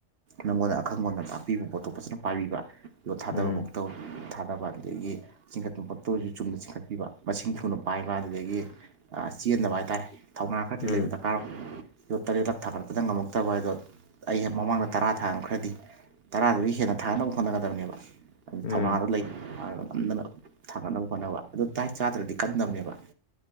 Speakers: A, on the right; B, on the left.
A: ꯅꯪꯉꯣꯟꯗ ꯑꯈꯪꯕꯝꯅ ꯇꯥꯛꯄꯤꯕ ꯄꯣꯇꯣꯞ ꯐꯖꯅ ꯄꯥꯏꯕꯤꯕ ꯌꯣꯠ ꯊꯥꯗꯕꯕꯧ
B: ꯎꯝ
A: ꯇꯩ ꯊꯥꯅꯕ ꯑꯗꯨꯗꯩꯒꯤ ꯆꯤꯡꯈꯠ ꯄꯣꯇꯣ ꯑꯣꯢꯔꯁꯨ ꯆꯨꯝꯅ ꯆꯤꯡꯈꯠꯄꯤꯕ ꯃꯁꯤꯡ ꯊꯨꯅ ꯄꯥꯏꯕ ꯑꯗꯒꯤ ꯑ ꯆꯦꯟꯗꯕ ꯍꯥꯏꯇꯥꯔꯦ ꯊꯧꯅꯥ ꯈꯔꯗꯤ
B: ꯎꯝ
A: ꯂꯩꯕ ꯗꯀ ꯇꯥꯔꯣ ꯌꯣꯠ ꯇꯔꯦꯠꯂꯛ ꯊꯥꯒꯠꯄꯗ ꯉꯝꯃꯛꯇꯕ ꯍꯥꯏꯗꯣ ꯑꯩ ꯃꯃꯥꯡꯗ ꯇꯔꯥ ꯊꯥꯡꯈ꯭ꯔꯗꯤ ꯇꯔꯥꯗꯨꯗꯩ ꯍꯦꯟꯅ ꯊꯥ ꯅꯕ ꯍꯣꯠꯅꯒꯗꯕꯅꯦꯕ
B: ꯎꯝ
A: ꯊꯧꯅꯥꯗꯣ ꯂꯩ ꯅꯝꯗꯅ ꯊꯥꯡꯒꯠꯅꯕ ꯍꯣꯠꯅꯕ ꯑꯗꯨ ꯗꯥꯏꯠ ꯆꯥꯗ꯭ꯔꯗꯤ ꯀꯟꯗꯝꯅꯦꯕ꯫